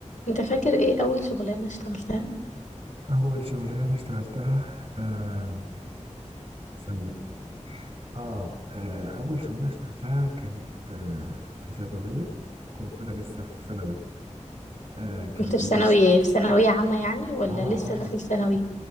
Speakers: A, on the left (about 85°); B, on the right (about 45°).
A: انت فاكر ايه اول شغلانة اشتغلتها
B: أول شغلانة اشتغلتها آم، استني آه, آه أول شغلانة اشتغلتها كانت آه في صيدلية كنت أنا لسه في ثانوي آه كانوا
A: كنت في
B: في البيت
A: ثانوي في ثانوية عامة يعني ولا
B: آه
A: لسه
B: آه
A: داخل ثانوي